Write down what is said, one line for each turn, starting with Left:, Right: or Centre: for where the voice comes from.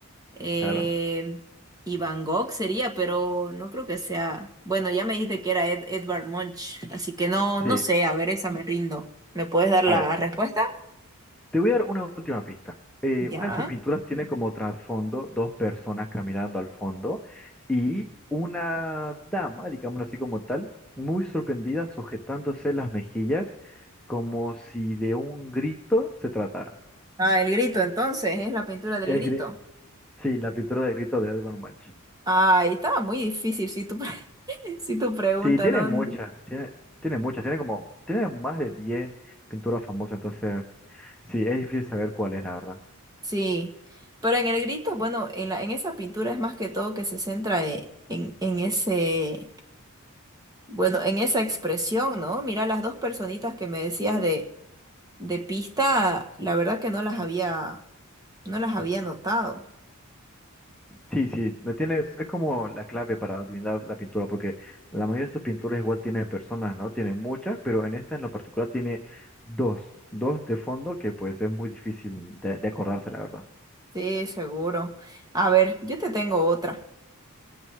Right: eh,
Centre: claro.
Right: y Van Gogh sería, pero no creo que sea. Bueno, ya me dijiste que era Ed- Edvard Munch, así que no,
Centre: Sí,
Right: no sé, a ver, esa me rindo. ¿Me puedes dar
Centre: a
Right: la
Centre: ver,
Right: respuesta?
Centre: te voy a dar una última pista. Eh,
Right: Ya.
Centre: una de sus pinturas tiene como trasfondo dos personas caminando al fondo y una dama, digámoslo así como tal, muy sorprendida, sujetándose las mejillas como si de un grito se tratara.
Right: Ah, el grito, entonces, es la pintura del
Centre: El
Right: grito.
Centre: gri- sí, la pintura del grito de Edvard Munch.
Right: Ay, estaba muy difícil si tu, pre- <laughs> si tu pregunta
Centre: Sí, tiene
Right: no.
Centre: muchas, tiene, tiene muchas, tiene como, tiene más de diez pinturas famosas, entonces sí, es difícil saber cuál es, la verdad.
Right: Sí, pero en el grito, bueno, en la, en esa pintura es más que todo que se centra e- en, en ese, bueno, en esa expresión, ¿no? Mira, las dos personitas que me decías de, de pista, la verdad que no las había, no las había notado.
Centre: Sí, sí, me tienes, es es como la clave para adivinar la pintura, porque la mayoría de sus pinturas igual tiene personas, ¿no? Tiene muchas, pero en esta en lo particular tiene dos, dos de fondo que pues es muy difícil de, de acordarse, la verdad.
Right: Sí, seguro. A ver, yo te tengo otra.